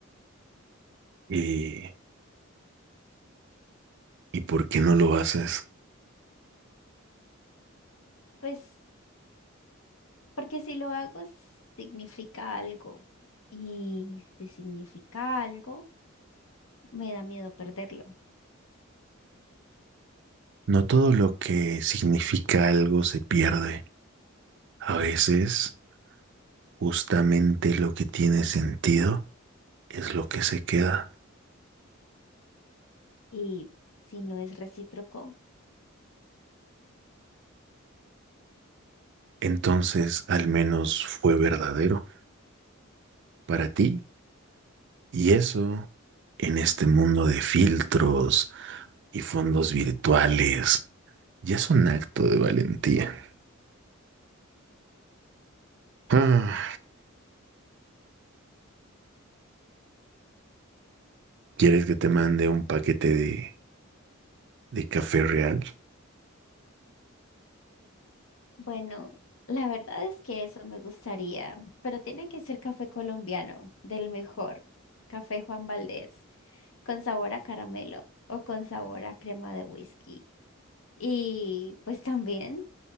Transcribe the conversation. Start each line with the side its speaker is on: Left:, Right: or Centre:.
Right: ¿Y, ¿y por qué no lo haces?
Left: Pues porque si lo hago significa algo y si significa algo, me da miedo perderlo.
Right: No todo lo que significa algo se pierde. A veces, justamente lo que tiene sentido es lo que se queda.
Left: Y si no es recíproco,
Right: Entonces, al menos fue verdadero para ti. Y eso, en este mundo de filtros y fondos virtuales Ya es un acto de valentía. Ah, ¿quieres que te mande un paquete de, de café real?
Left: bueno, la verdad es que eso me gustaría, pero tiene que ser café colombiano, del mejor, café Juan Valdez, con sabor a caramelo o con sabor a crema de whisky. Y pues también,